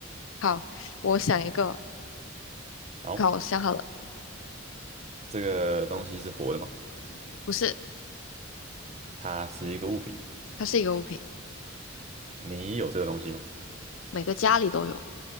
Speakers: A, on the left; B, on the right.
A: 好，我想一个，
B: 好，
A: 好，我想好了，
B: 这个东西是活的吗？
A: 不是，
B: 它是一个物品。
A: 它是一个物品。
B: 你有这个东西吗？
A: 每个家里都有，